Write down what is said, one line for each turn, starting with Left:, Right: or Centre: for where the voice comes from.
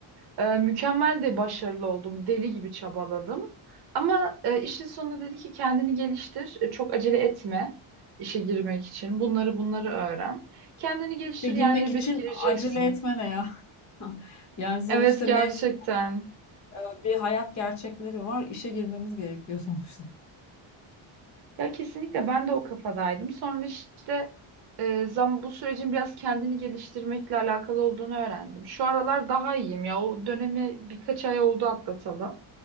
Right: Ee, mükemmel de başarılı oldum. Deli gibi çabaladım. Ama e, işin sonunda dedi ki kendini geliştir. e, Çok acele etme işe girmek için. Bunları bunları öğren. Kendini geliştir
Left: İşe girmek
Right: yani elbet
Left: için
Right: gireceksin.
Left: acele etmene ya. <laughs> Yani sonuçta
Right: Evet gerçekten.
Left: mezun e, bir hayat gerçekleri var. İşe girmemiz gerekiyor sonuçta.
Right: Ya kesinlikle ben de o kafadaydım. Sonra işte e, zam bu sürecin biraz kendini geliştirmekle alakalı olduğunu öğrendim. Şu aralar daha iyiyim ya. O dönemi birkaç ay oldu atlatalı.